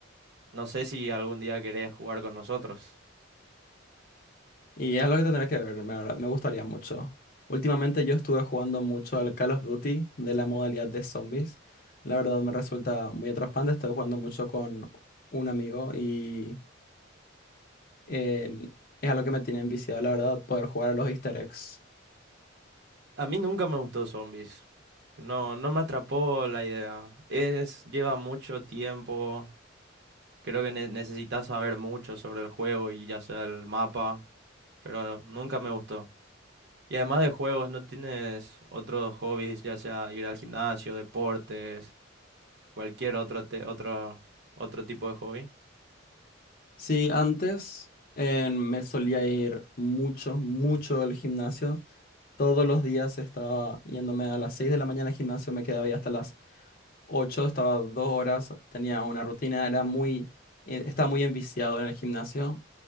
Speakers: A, on the right; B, on the left.
A: No sé si algún día querés jugar con nosotros.
B: Y es lo que tendré que ver, la Me gustaría mucho. Últimamente yo estuve jugando mucho al Call of Duty de la modalidad de zombies. La verdad me resulta muy atrapante. Estoy jugando mucho con un amigo y eh, es algo que me tiene enviciado, la verdad, poder jugar a los Easter eggs.
A: A mí nunca me gustó Zombies. No, no me atrapó la idea. Es, lleva mucho tiempo. Creo que ne- necesitas saber mucho sobre el juego y ya sea el mapa, pero nunca me gustó. Y además de juegos, ¿no tienes otros hobbies, ya sea ir al gimnasio, deportes, cualquier otro, te- otro, otro tipo de hobby?
B: Sí, antes eh, me solía ir mucho, mucho al gimnasio. Todos los días estaba yéndome a las 6 de la mañana al gimnasio, me quedaba ahí hasta las 8, estaba dos horas, tenía una rutina, era muy, eh, estaba muy enviciado en el gimnasio,